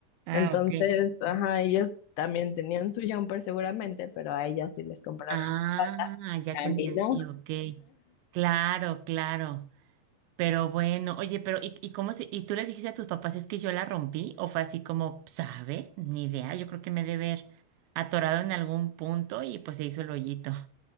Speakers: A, on the right; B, on the left.
A: Ah,
B: Entonces,
A: ok.
B: ajá, ellos también tenían su jumper seguramente, pero a ellas sí les compraron
A: Ah,
B: su falda.
A: ya
B: A
A: te entendí,
B: mí no.
A: ok. Claro, claro. Pero bueno, oye, pero ¿y, y cómo se, y tú les dijiste a tus papás es que yo la rompí? ¿O fue así como, sabe? Ni idea, yo creo que me debe haber atorado en algún punto y pues se hizo el hoyito.